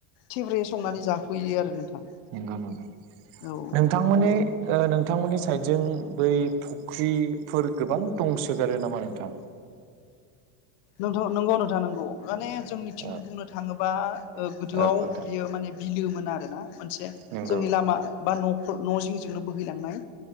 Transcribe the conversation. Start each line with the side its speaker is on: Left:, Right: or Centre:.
Left: थेब्रे संनानै जाफैयो आरो नोंथां।
Right: नंगौ ना
Left: औ
Right: नोंथांमोननि
Left: माने
Right: ओ नोंथांमोननि साइडजों बै फुख्रिफोर गोबां दंसोगारो नामा नोंथां?
Left: नोंथांथ नंगौ नोंथां नंगौ माने जोंनिथिं
Right: औ
Left: बुंनो थाङोबा ओ गोदोआव
Right: औ नोंथां
Left: बियो माने बिलोमोन आरोना मोनसे
Right: नंगौ
Left: जोंनि लामा बा न'फोर न' जिंजोंनो बोहैलांनाय